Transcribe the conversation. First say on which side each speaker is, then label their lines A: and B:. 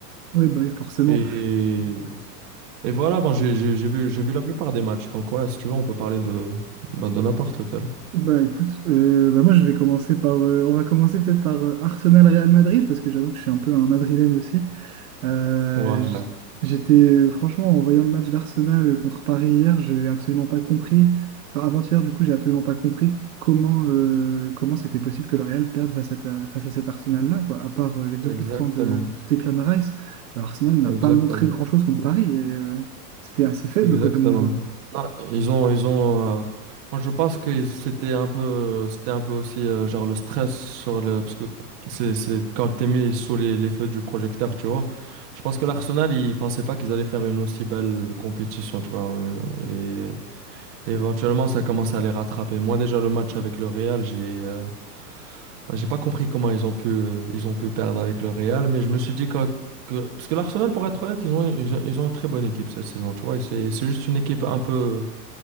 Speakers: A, on the right; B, on the right.
A: Oui, bah, oui, forcément.
B: Et Et voilà, ben, j'ai j'ai- j'ai vu, j'ai vu la plupart des matchs. Donc, ouais, si tu veux, on peut parler de, ben, de n'importe lequel.
A: Bah écoute, euh, bah, moi je vais commencer par, euh, on va commencer peut-être par euh, Arsenal-Real Madrid parce que j'avoue que je suis un peu un Madrilène aussi. Euh,
B: Ouais,
A: j- j'étais, euh, franchement, en voyant le match d'Arsenal euh, contre Paris hier, j'ai absolument pas compris, enfin avant-hier, du coup, j'ai absolument pas compris comment euh, comment c'était possible que le Real perde face à, ta- face à cet Arsenal-là, quoi. À part euh, les deux
B: exactement.
A: coups francs de, de Declan Rice, euh, Arsenal n'a
B: Exactement.
A: pas montré grand-chose contre Paris et euh, c'était assez faible,
B: Exactement.
A: quoi, comme niveau.
B: Non, ils ont, ils ont, euh, moi, je pense que c'était un peu, c'était un peu aussi euh, genre le stress sur le. Parce que c'est c'est quand t'es mis sous les, les feux du projecteur, tu vois. Je pense que l'Arsenal, ils pensaient pas qu'ils allaient faire une aussi belle compétition, tu vois. euh, Et, et éventuellement, ça commence à les rattraper. Moi, déjà, le match avec le Real, j'ai. euh, Bah, j'ai pas compris comment ils ont pu, euh, ils ont pu perdre avec le Real, mais je me suis dit que, que- parce que l'Arsenal, pour être honnête, ils ont, ils ont ils ont une très bonne équipe cette saison, tu vois. et C'est, c'est juste une équipe un peu,